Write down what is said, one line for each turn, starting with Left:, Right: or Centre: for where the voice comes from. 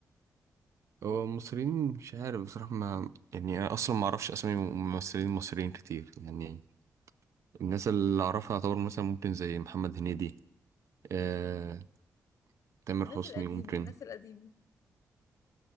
Right: هو المصريين مش عارف بصراحة ما يعني أنا أصلا ما أعرفش أسامي ممثلين مصريين كتير يعني الناس اللي أعرفها يعتبر مثلا ممكن زي محمد هنيدي آه، تامر
Left: الناس
Right: حسني
Left: القديمه
Right: ممكن
Left: الناس القديمه